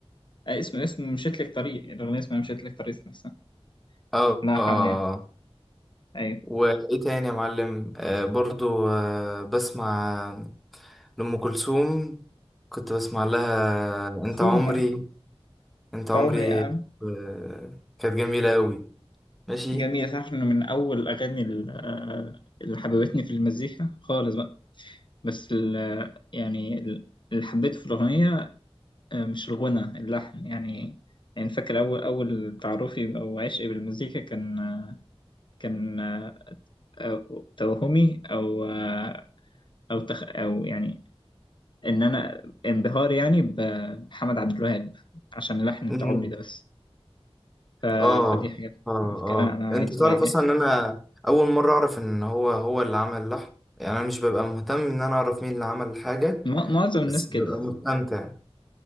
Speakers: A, on the left; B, in the centre.
A: آه، اسم اسم مشيت لك طريق الأغنية اسمها مشيت لك طريق نفسها
B: اه آه.
A: لا
B: آه.
A: حمان أيوه
B: وايه تاني يا معلم آه برضو آه بسمع لأم كلثوم كنت بسمع لها انت
A: شو
B: عمري
A: ما
B: انت
A: طبعا
B: عمري
A: يا عم
B: آه كانت جميلة اوي ماشي
A: جميل صح إنه من أول الأغاني ال- آه، اللي حببتني في المزيكا خالص بقى بس ال- يعني اللي حبيته في الأغنية آه، مش الغنى اللحن يعني يعني فاكر أول أول تعرفي أو عشقي بالمزيكا كان كان أو- توهمي أو آه، أو تخ أو يعني إن أنا انبهاري يعني ب- بحمد عبد الوهاب عشان لحن أنت
B: ايوه
A: عمري ده بس ف...
B: اه
A: فدي حاجات
B: اه اه
A: فاكرها أنا
B: انت
A: عيل صغير
B: تعرف اصلا
A: يعني
B: ان انا اول مره اعرف ان هو هو اللي عمل اللحن يعني انا مش ببقى مهتم ان انا اعرف مين اللي عمل الحاجه
A: م- معظم الناس
B: بس
A: كده
B: ببقى مستمتع